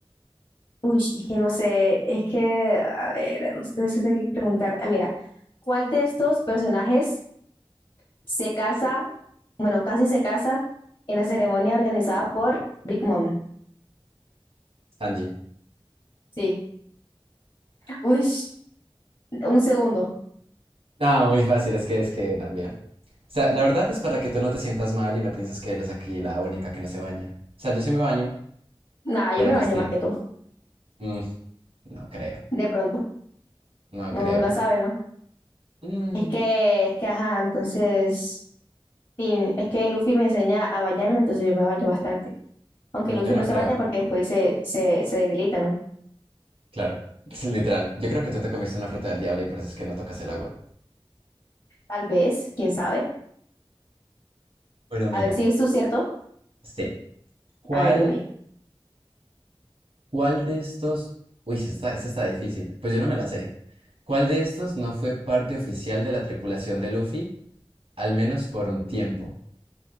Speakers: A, on the left; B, on the right.
A: uy, es que no sé, es que, a ver, no sé, siento que preguntarte. Ah, Mira, ¿cuál de estos personajes se casa, bueno, casi se casa en la ceremonia organizada por Big Mom?
B: Sanji.
A: Sí, uy, un segundo.
B: No, muy fácil, es que es que también. O sea, la verdad es para que tú no te sientas mal y no pienses que eres aquí la única que no se baña. O sea, yo sí me baño,
A: Nada, yo
B: pero
A: me
B: pues,
A: baño
B: tin,
A: más que tú,
B: mm, no creo,
A: de pronto.
B: no
A: Uno
B: creo.
A: nunca sabe, ¿no?
B: Mm,
A: Es que, es que, ajá, entonces, sí, es que Luffy me enseña a bañarme, entonces yo me baño bastante. Aunque
B: yo
A: Luffy
B: no
A: no se
B: creo,
A: baña porque después se, se, se debilita, ¿no?
B: claro. <laughs> Literal, yo creo que tú te comiste una fruta del diablo y por eso es que no tocas el agua.
A: Tal vez, quién sabe.
B: Bueno, mira,
A: A ver si es su cierto.
B: sí. ¿Cuál,
A: A ver, dime.
B: cuál de estos... Uy, sí, esta, está- esta está difícil. Pues yo no me la sé. ¿Cuál de estos no fue parte oficial de la tripulación de Luffy, al menos por un tiempo?